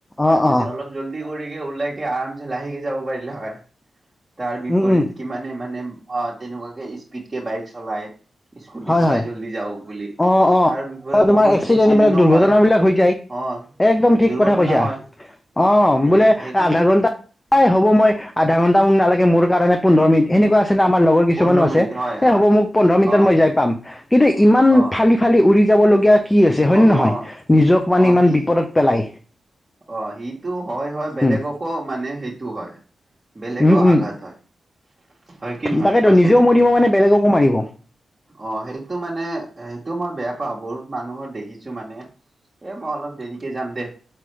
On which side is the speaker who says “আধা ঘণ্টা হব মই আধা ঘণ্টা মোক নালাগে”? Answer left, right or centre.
Left